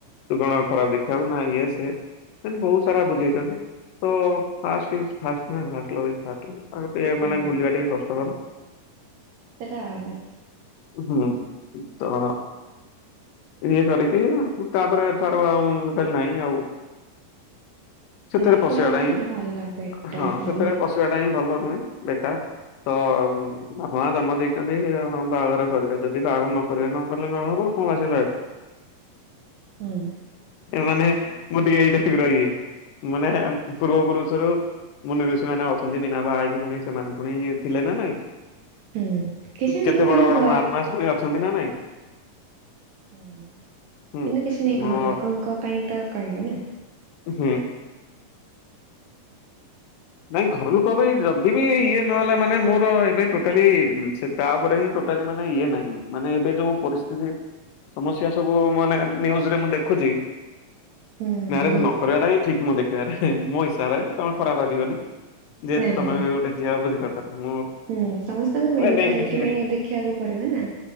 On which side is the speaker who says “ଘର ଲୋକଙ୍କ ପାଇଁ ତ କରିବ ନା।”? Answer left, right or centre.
Right